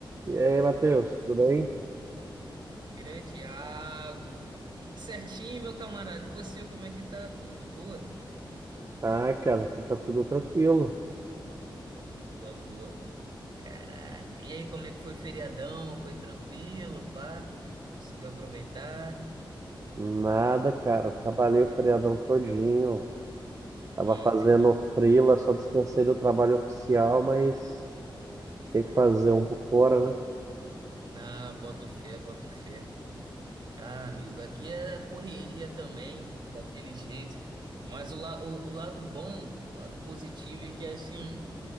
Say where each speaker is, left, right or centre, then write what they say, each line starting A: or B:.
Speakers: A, on the right; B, on the right.
A: E aí, Matheus, tudo bem?
B: Grande Iago. Tudo certinho, meu camarada? E você, como é que tá? Tudo de boa?
A: Ah, cara, aqui tá tudo tranquilo.
B: Boa, boa. Caraca. E aí, como é que foi o feriadão? Foi tranquilo, pá? Conseguiu aproveitar?
A: Nada, cara. Trabalhei o feriadão todinho.
B: Eita,
A: Tava fazendo
B: que...
A: freela, só descansei do trabalho oficial, mas tinha que fazer um por fora, né?
B: Não, boto fé, boto fé. Ah, amigo, aqui é correria também, daquele jeito. Mas o, la- o, o lado bom, o lado positivo é que assim,